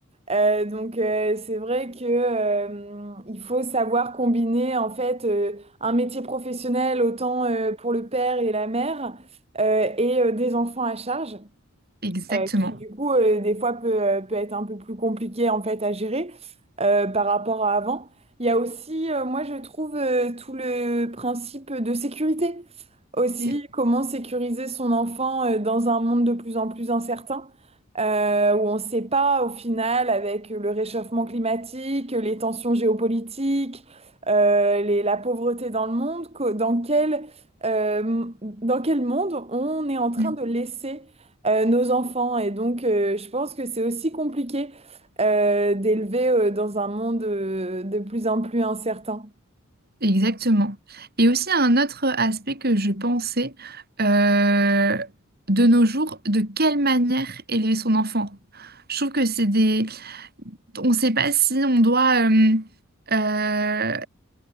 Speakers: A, on the right (about 30°); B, on the right (about 45°).
A: Euh, donc euh, c'est vrai que euh, il faut savoir combiner en fait euh, un métier professionnel autant euh, pour le père et la mère euh, et euh, des enfants à charge
B: Exactement.
A: euh, qui du coup euh, des fois peut, euh, peut être un peu plus compliqué en fait à gérer euh, par rapport à avant. Il y a aussi, euh, moi je trouve, euh, tout le principe de sécurité. Aussi,
B: Mm,
A: comment sécuriser son enfant euh, dans un monde de plus en plus incertain, euh, où on ne sait pas au final avec le réchauffement climatique, les tensions géopolitiques, euh, les- la pauvreté dans le monde, co- dans quel, euh, dans quel monde on est en train
B: mm,
A: de laisser euh, nos enfants. Et donc, euh, je pense que c'est aussi compliqué euh, d'élever euh, dans un monde euh, de plus en plus incertain.
B: Exactement. Et aussi un autre aspect que je pensais, euh, de nos jours, de quelle manière élever son enfant? Je trouve que c'est des... On ne sait pas si on doit... euh, euh,